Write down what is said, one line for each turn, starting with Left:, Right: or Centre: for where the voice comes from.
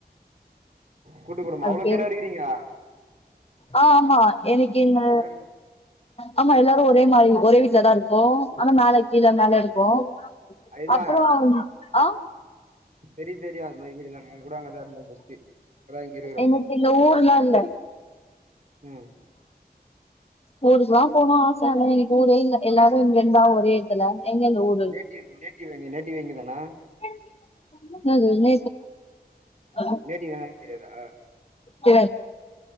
Right: கூட்டு குடும்பொ
Left: அது
Right: அவ்ளோ
Left: பேரு
Right: பேரா இருக்றீங்க
Left: ஆ ஆமா எனக்கு இந்த
Right: எல்லாருமே
Left: ஆமா எல்லாரு ஒரே மாரி ஒரே வீட்லதா இருக்கோ ஆனா மேல கீழே மேல இருக்கோ
Right: அதுதா
Left: அப்பறொ ஆ
Right: தெரியு தெரியு அது மாறி வீடெலா நா கூட அங்கதா இருந்த ஃபஸ்ட்டு இப்பதா இங்க இருக்குறோ
Left: எனக்கு இந்த ஊர்லால்ல
Right: ம்
Left: ஊருக்லா போனு ஆச எனக்கு ஊரே இல்ல எல்லாரு இங்க இருந்தா ஒரே எத்துல எங்கந்து ஊரு
Right: நேட்டிவ் நேட்டிவ் எங்க நேட்டிவே இங்கதானா
Left: <unintelligible> என்ன அ
Right: நேட்டிவ் என்னன்னு தெரியாதா
Left: <inaudible>